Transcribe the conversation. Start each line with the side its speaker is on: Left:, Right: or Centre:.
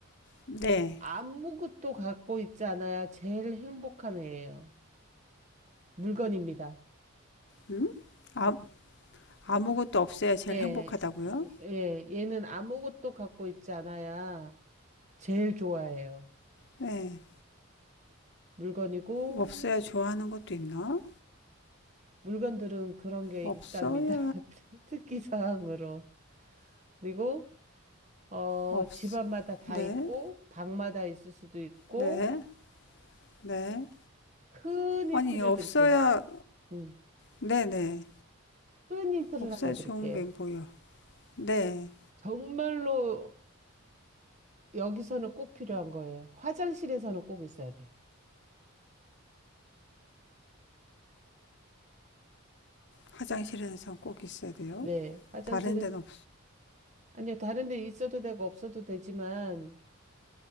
Left: 네.
Right: 아무것도 갖고 있지 않아야 제일 행복한 애예요. 물건입니다.
Left: 음? 아, 아무것도 없어야 제일
Right: 네,
Left: 행복하다고요?
Right: 이- 이- 예, 얘는 아무것도 갖고 있지 않아야 제일 좋아해요.
Left: 네.
Right: 물건이고,
Left: 없어야 좋아하는 것도 있나?
Right: 물건들은 그런 게
Left: 없어야
Right: 있답니다. <laughs> 특- 특기 사항으로. 그리고, 어,
Left: 없
Right: 집안마다 다
Left: 네,
Right: 있고, 방마다 있을 수도 있고,
Left: 네, 네.
Right: 큰 힌트를
Left: 아니 없어야
Right: 드릴게요. 음,
Left: 네, 네.
Right: 큰 힌트를
Left: 없어야
Right: 하나
Left: 좋은
Right: 드릴게요.
Left: 게 뭐야? 네.
Right: 정말로 여기서는 꼭 필요한 거예요. 화장실에서는 꼭 있어야 돼요.
Left: 화장실에서 꼭 있어야 돼요.
Right: 네, 화장실에,
Left: 다른 데는 없.
Right: 아니요, 다른 데 있어도 되고 없어도 되지만,